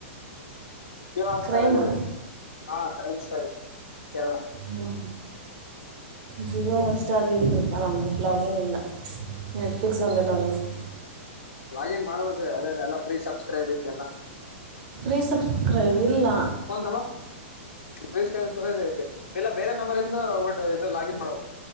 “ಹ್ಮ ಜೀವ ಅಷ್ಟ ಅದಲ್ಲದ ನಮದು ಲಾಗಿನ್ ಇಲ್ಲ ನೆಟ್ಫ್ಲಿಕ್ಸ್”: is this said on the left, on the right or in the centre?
Right